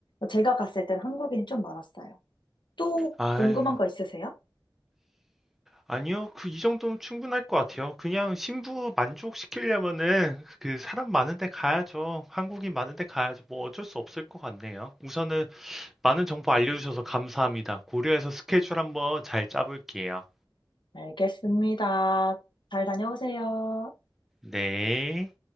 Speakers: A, on the left; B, in the centre.
A: 제가 갔을 땐 한국인이 좀 많았어요. 또
B: 아,
A: 궁금한 거 있으세요?
B: 아니요. 그 이 정도면 충분할 것 같아요. 그냥 신부 만족시키려면은 그 사람 많은 데 가야죠. 한국인 많은 데 가야죠. 뭐 어쩔 수 없을 것 같네요. 우선은 많은 정보 알려주셔서 감사합니다. 고려해서 스케줄 한번 잘 짜볼게요.
A: 알겠습니다. 잘 다녀오세요.
B: 네.